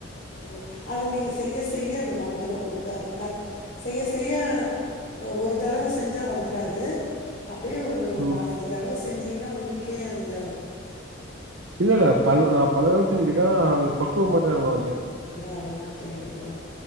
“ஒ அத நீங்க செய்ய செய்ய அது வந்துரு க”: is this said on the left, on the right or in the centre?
Left